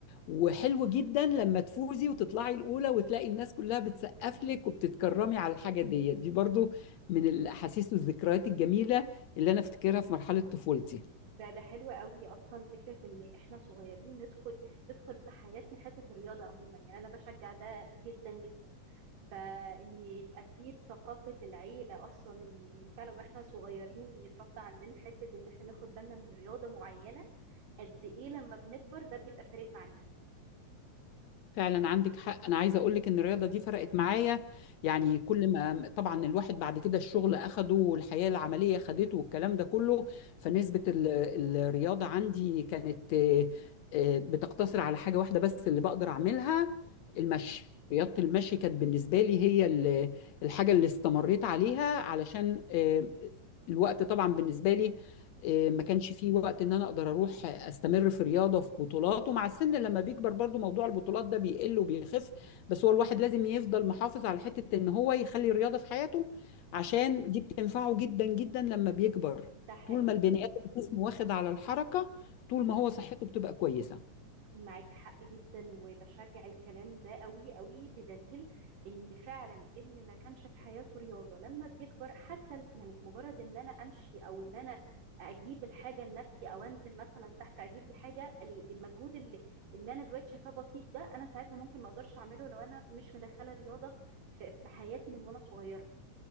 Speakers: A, on the left; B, on the right.
A: وحلو جدا لما تفوزي وتطلعي الأولى وتلاقي الناس كلها بتسقف لك وبتتكرمي على الحاجة ديت دي برضو من الأحاسيس والذكريات الجميلة اللي أنا أفتكرها في مرحلة طفولتي
B: ده ده حلو قوي اصلا فكره ان احنا صغيرين ندخل تدخل في حياتنا حته الرياضه عموما يعني انا بشجع ده جدا جدا فان يبقى فيه في ثقافه العيله اصلا ان ان فعلا واحنا صغيرين يتربى عندنا حته ان احنا ناخد بالنا من رياضه معينه قد ايه لما بنكبر ده بيبقى فارق معانا
A: فعلا عندك حق انا عايزه اقول لك ان الرياضه دي فرقت معايا يعني كل ما طبعا الواحد بعد كده الشغل اخده والحياه العمليه خدته والكلام ده كله فنسبه ال- الرياضه عندي كانت آه، آه، بتقتصر على حاجه واحده بس اللي بقدر اعملها المشي رياضه المشي كانت بالنسبه لي هي ال- الحاجه اللي استمريت عليها علشان آه، الوقت طبعا بالنسبه لي إيه، ما كانش فيه وقت ان انا اقدر اروح استمر في رياضه في بطولات ومع السن لما بيكبر برضو موضوع البطولات ده بيقل وبيخف بس هو الواحد لازم يفضل محافظ على حته ان هو يخلي الرياضه في حياته عشان دي بتنفعه جدا جدا لما بيكبر
B: ده حقيقي
A: طول ما البني ادم جسمه واخد على الحركه طول ما هو صحته بتبقى كويسه
B: معاكي حق جدا وبشجع الكلام ده قوي قوي بدليل ان فعلا اللي ما كانش في حياته رياضة لما بيكبر حتى ال- يعني مجرد ان انا امشي او ان انا اجيب الحاجة لنفسي او انزل مثلا تحت اجيب لي حاجة ال- المجهود اللي اللي انا دلوقتي شايفاه بسيط ده انا ساعتها ممكن ما اقدرش اعمله لو انا مش مدخلة رياضة في في حياتي من وانا صغيرة